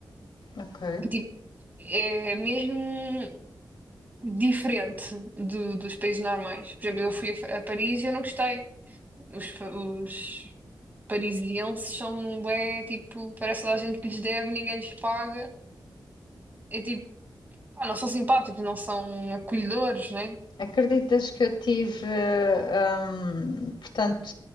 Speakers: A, on the left; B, on the right.
A: Ok.
B: Tipo, é mesmo. diferente do- dos países normais. Por exemplo, eu fui a, Fa- a Paris e eu não gostei. Os, fa- os parisienses são bem, tipo, parece toda a gente que lhes deve, ninguém lhes paga. É tipo, pá, não são simpáticos, não são acolhedores, né?
A: Acreditas que eu tive. eh, hum, portanto,